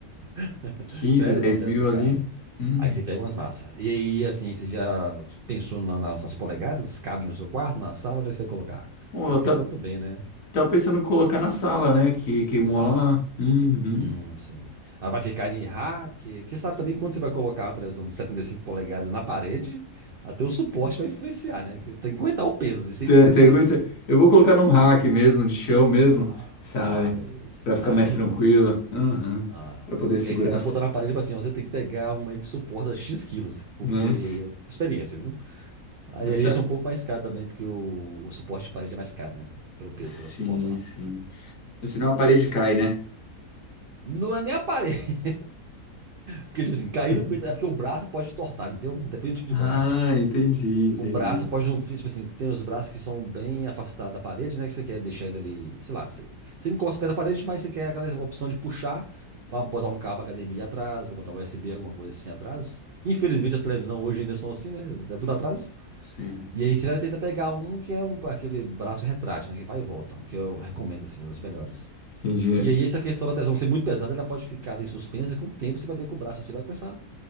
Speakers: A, on the right (about 80°); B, on the left (about 60°).
A: <laughs>
B: 15
A: 10
B: 10
A: não, 10K.
B: mil ali. Hum.
A: Aí você pega umas massas. E aí, assim, você já pensou na- nas, nas polegadas? Cabe no seu quarto, na sala, onde é que você vai colocar?
B: Pô,
A: Tem
B: eu
A: essa
B: tá,
A: questão também, né?
B: tava pensando em colocar na sala, né? Que queimou
A: Na sala.
B: lá. Uhum.
A: Hum, sim. Ela vai ficar em rack. Você sabe também que quando você vai colocar uma televisão de 75 polegadas na parede, até o suporte vai influenciar, né? Que Tem que aguentar o peso, isso
B: Tem-
A: aí tudo
B: tem
A: influencia.
B: muita- Eu vou colocar num rack mesmo, de chão mesmo,
A: Ah,
B: sabe?
A: ah, beleza.
B: Pra ficar
A: Ah,
B: mais
A: aí tá de
B: tranquilo.
A: boa.
B: Uhum.
A: Ah.
B: Pra poder
A: Porque
B: segurar,
A: aí se fosse botar na parede, eu assim, ó, você tem que pegar uma aí que suporta X quilos, porque
B: né?
A: experiência, viu? Aí,
B: Eu
A: aí
B: Já.
A: isso é um pouco mais caro também, porque o, o suporte de parede é mais caro, né? Pelo peso
B: Sim,
A: que ela suporta lá.
B: sim. Senão a parede cai, né?
A: Não é nem a parede. <laughs> Porque, tipo assim, cair
B: <laughs>
A: não aguenta. É porque o braço pode entortar, entendeu? Depende do tipo
B: Ah,
A: de braço.
B: entendi, entendi.
A: O braço pode não. Tipo assim, tem os braços que são bem afastados da parede, né? Que você quer deixar ele ali. Sei lá, você, você encosta perto da parede, mas você quer aquela opção de puxar pra botar um cabo HDMI atrás, pra botar um USB, alguma coisa assim atrás. Infelizmente as televisões hoje ainda são assim, né? É tudo atrás.
B: Sim.
A: E aí você vai tentar pegar um que é um- aquele braço retrátil, né? Que vai e volta, que eu recomendo, assim, os melhores.
B: Entendi.
A: E aí essa questão da tesão ser muito pesada, ela pode ficar ali suspensa, com o tempo você vai ver que o braço assim vai começar a